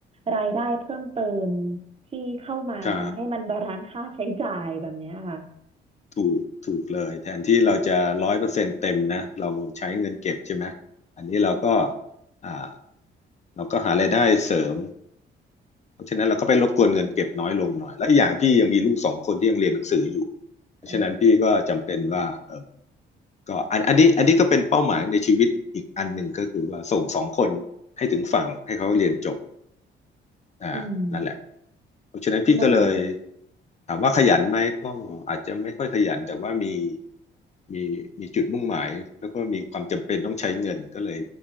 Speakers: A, on the right; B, on the left.
A: รายได้เพิ่มเติมที่เข้ามาให้มันบาลานซ์ค่าใช้จ่ายแบบเนี้ยค่ะ
B: ใช่ ถูกถูกเลยแทนที่เราจะร้อยเปอร์เซ็นต์เต็มนะเราใช้เงินเก็บใช่ไหมอันนี้เราก็อ่าเราก็หารายได้เสริมเพราะฉะนั้นเราก็ไปรบกวนเงินเก็บน้อยลงหน่อยและอีกอย่างพี่ยังมีลูกสองคนที่ยังเรียนหนังสืออยู่เพราะฉะนั้นพี่ก็จำเป็นว่าเออ
A: โอ้
B: ก็อันอันนี้อันนี้ก็เป็นเป้าหมายในชีวิตอีกอันหนึ่งก็คือว่าส่งสองคนให้ถึงฝั่งให้เขาเรียนจบ อ่านั่นแหละ
A: อืม
B: เพราะฉะนั้นพี่ก็เลย
A: อง
B: ถามว่าขยันไหมก็อาจจะไม่ค่อยขยันแต่ว่ามีมีมีจุดมุ่งหมายแล้วก็มีความจำเป็นต้องใช้เงินก็เลย